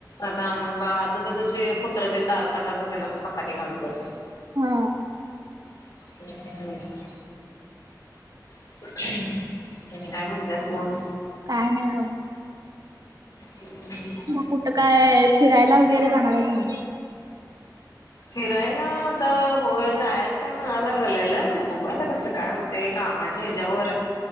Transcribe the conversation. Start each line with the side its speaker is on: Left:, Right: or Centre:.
Left: आता आम्ही ब आजूबाजूचे कुत्रे तेन दारात आले असत्यात त्यांना चपाती घालतो.
Right: हा
Left: हम् <unintelligible> तेनी काय म्हणत्यात कोण?
Right: काय नाही बगा.
Left: <inaudible>
Right: म कुठं काय फिरायला वगैरे जाणार आहे का नाही.
Left: फिरायला तर होय जायचंय म्हणाय लागलेलं बघूया आता कसं काय हो तय कामाच्या हिज्यावर.